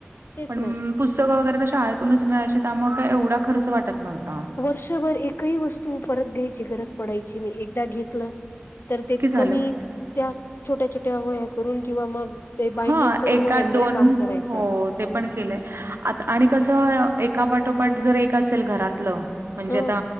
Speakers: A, on the left; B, on the right.
A: तेच
B: पण
A: ना
B: पुस्तकं वगैरे तर, शाळेतूनच मिळायची त्यामुळे काय एवढा खर्च वाटत नव्हता.
A: वर्षभर एकही वस्तू परत घ्यायची गरज पडायची नाही, एकदा घेत <unintelligible> तर ते
B: की झालं
A: कमी त्या छोट्या छोट्या वह्या करून किंवा मग ते बाइडिंग
B: हां,
A: करून
B: एकात
A: ते वह्यांमध्ये काम करायच.
B: हो, ते पण केलंय, आता आणि कसं एकापाठोपाठ जर एक असेल घरातल. म्हणजे
A: ह
B: आता